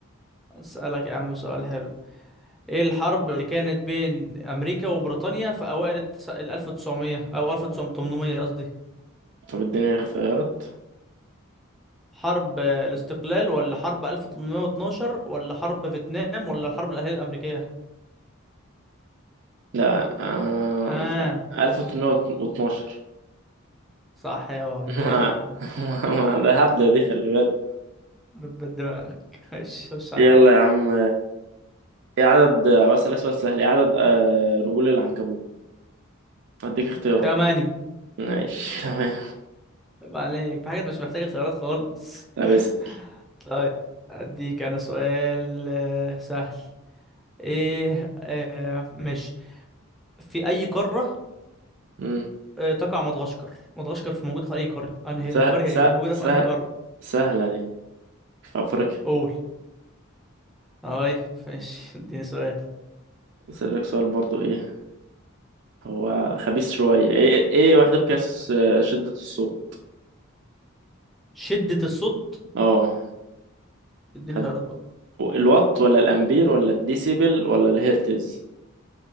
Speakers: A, in the centre; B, on the right.
A: اسألك يا عم سؤال حلو ايه الحرب اللي كانت بين امريكا وبريطانيا في اوائل التس... ال 1900 او 1800 قصدي
B: طب اديني اختيارات
A: حرب آه، الاستقلال ولا حرب 1812 ولا حرب فيتنام ولا الحرب الأهلية الأمريكية
B: لا آه
A: ها
B: مش عارف 1812
A: صح يا
B: <laughs>
A: انت
B: ما
A: ايه ده
B: ما- ده هبدة دي خلي بالك
A: ربت دماغك <laughs> خش خش عليا
B: يلا يا عم ايه عدد اسألك سؤال سهل ايه عدد آه، رجول العنكبوت هديك اختيارات
A: تمانية
B: ماشي <laughs> تمام
A: عيب عليك في حاجات مش محتاجة خيارات خالص
B: طب
A: <laughs>
B: اسأل
A: طيب أديك أنا سؤال آه، سهل إيه آه ماشي في أي قارة
B: مم.
A: آه تقع مدغشقر مدغشقر في موجودة في أي قارة أنهي
B: سهل
A: <laughs> قرية
B: سهل
A: إيه موجودة
B: سهل
A: في أنهي قارة
B: سهلة دي في أفريقيا
A: قول طيب ماشي اديني سؤال
B: أسألك سؤال برضو ايه هو خبيث شوية ايه ايه وحدة قياس آه، شدة الصوت
A: شدة الصوت
B: اه
A: اديني
B: حد-
A: خيارات بقى
B: الوات ولا الأمبير ولا الديسيبل ولا الهرتز